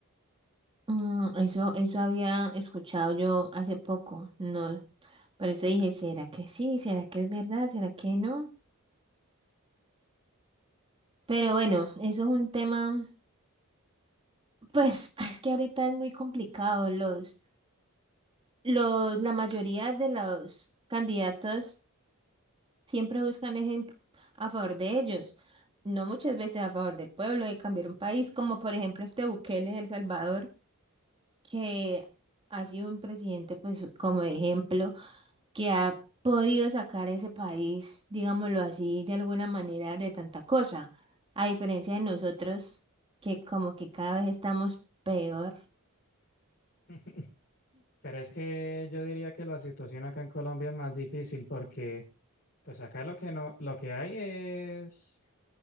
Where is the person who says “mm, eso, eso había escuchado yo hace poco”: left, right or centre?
Right